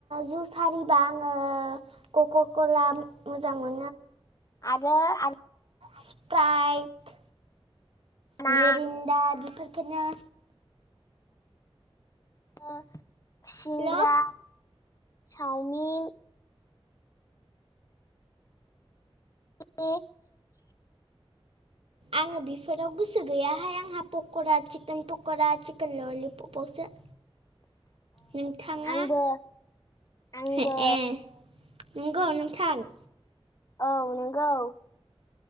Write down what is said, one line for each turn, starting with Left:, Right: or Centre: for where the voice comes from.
Right: जुस आरिबा आङो कक'कला मोजां मोनो।
Left: आरो आं
Right: स्प्राइट
Left: ना
Right: मेरिन्न्दा बेफोरफोरखौनो
Left: ओ सिंग्रा
Right: हेल'
Left: चावमिन <unintelligible>
Right: आङो बेफोराव गोसो गैयाहाय आंहा पक'रा चिकेन पक'रा चिकेन ललिपपावसो।
Left: <inaudible>
Right: नोंथाङा
Left: आंबो आंबो
Right: हे ए नंगौ नोंथां।
Left: औ नोंगौ।